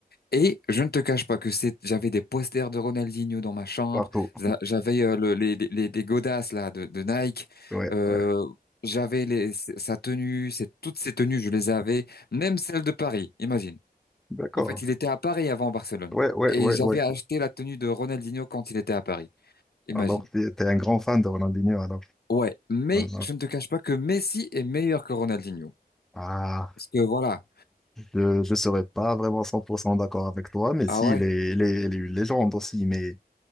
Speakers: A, on the left; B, in the centre.
A: Et je ne te cache pas que c'est, j'avais des posters de Ronaldinho dans ma chambre,
B: Partout.
A: j'a- j'avais euh, le- les, les, les- les godasses là de, de Nike,
B: Ouais,
A: euh,
B: ouais.
A: j'avais les, sa tenue, c'est, toutes ses tenues, je les avais, même celle de Paris, imagine.
B: D'accord.
A: En fait, il était à Paris avant Barcelone.
B: Ouais, ouais,
A: Et
B: ouais,
A: j'avais
B: ouais.
A: acheté la tenue de Ronaldinho quand il était à Paris, imagine.
B: Alors, tu es un grand fan de Ronaldinho, alors.
A: Ouais, mais
B: Ah,
A: je ne te cache pas que Messi est meilleur que Ronaldinho.
B: ah.
A: Parce que voilà,
B: Euh, Je ne serais pas vraiment 100% d'accord avec toi, mais
A: ah
B: si,
A: ouais.
B: il est, il est, il est une légende aussi. Mais